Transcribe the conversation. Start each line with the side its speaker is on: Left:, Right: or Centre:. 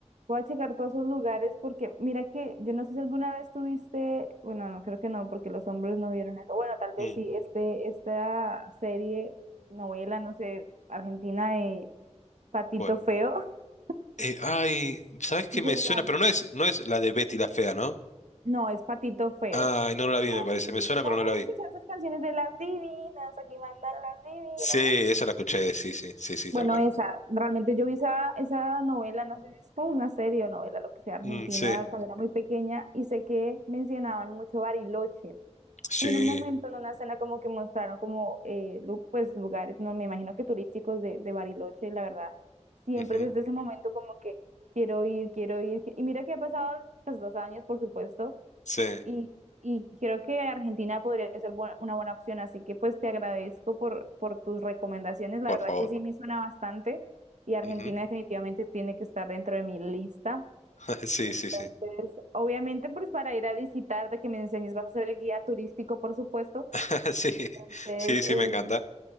Right: voy a checar todos esos lugares porque mira que yo no sé si alguna vez tuviste, bueno, no creo que no, porque los hombres no vieron eso. Bueno, tal vez
Left: Mm,
Right: sí, este, esta serie, novela, no sé, argentina de Patito
Left: Bueno.
Right: Feo. <laughs>
Left: Eh, ay, ¿sabes qué
Right: Yo
Left: me suena?
Right: la...
Left: Pero no es, no es la de Betty la Fea, ¿no?
Right: No, es Patito Feo.
Left: Ay, no la vi,
Right: La
Left: me parece.
Right: de...
Left: Me suena,
Right: ¿Sabes?
Left: pero no la vi.
Right: escuchar esas canciones de las divinas? Aquí mandan las divinas.
Left: Sí, esa la escuché, sí, sí, sí, sí,
Right: Bueno,
Left: tal cual.
Right: esa, realmente yo vi esa, esa novela, no sé, si es como una serie o novela, lo que sea, argentina,
Left: Mm, sí,
Right: cuando era muy pequeña, y sé que mencionaban mucho Bariloche.
Left: sí,
Right: Y en un momento, en una escena, como que mostraron como, eh, lu- pues, lugares, no me imagino que turísticos de, de Bariloche, y la verdad, siempre
Left: ujú,
Right: desde ese momento como que quiero ir, quiero ir, qui- y mira que ha pasado, pues, dos años, por supuesto,
Left: sí,
Right: y, y creo que Argentina podría ser bu- una buena opción, así que pues te agradezco por, por tus recomendaciones, la
Left: por
Right: verdad
Left: favor.
Right: que sí me suena bastante y Argentina
Left: ujú,
Right: definitivamente tiene que estar dentro de mi lista.
Left: <laughs> Sí,
Right: Entonces,
Left: sí, sí,
Right: obviamente pues para ir a visitarte, que me enseñes, vas a ser el guía turístico, por supuesto.
Left: <laughs> sí,
Right: Entonces,
Left: sí, sí,
Right: eh,
Left: me encanta.